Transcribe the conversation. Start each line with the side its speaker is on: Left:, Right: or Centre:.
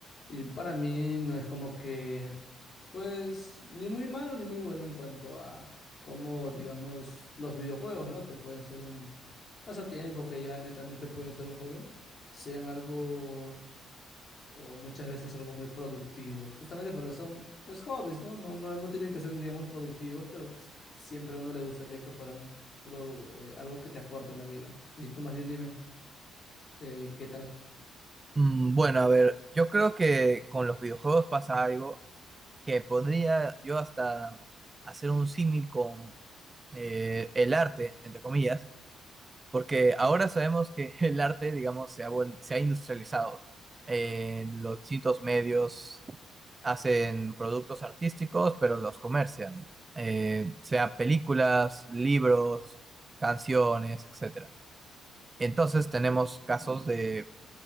Left: Y para mí no es como que, pues, ni muy malo ni muy bueno en cuanto a cómo, digamos, los videojuegos, ¿no? Que pueden ser un pasatiempo, que ya netamente pueden ser un hobby, sean algo, o muchas veces algo muy productivo, justamente porque son, pues, hobbies, ¿no? No, no, no tienen que ser, digamos, productivos, pero siempre a uno le gustaría que fueran pro- eh, algo que te aporte en la vida. Y tú más bien dime, eh, ¿qué tal?
Right: Mm, Bueno, a ver, yo creo que con los videojuegos pasa algo que podría yo hasta hacer un símil con eh, el arte, entre comillas, porque ahora sabemos que <laughs> el arte, digamos, se ha, vuel- se ha industrializado. Eh, los distintos medios hacen productos artísticos, pero los comercian, Eh, sea películas, libros, canciones, etcétera. Entonces tenemos casos de